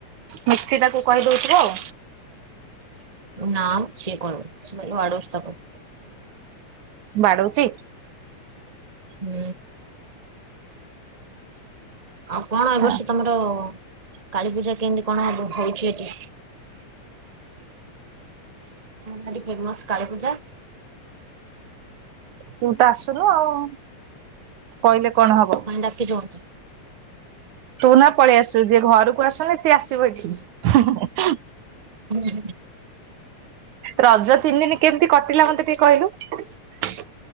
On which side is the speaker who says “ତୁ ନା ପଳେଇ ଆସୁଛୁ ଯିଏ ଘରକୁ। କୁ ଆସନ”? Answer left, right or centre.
Right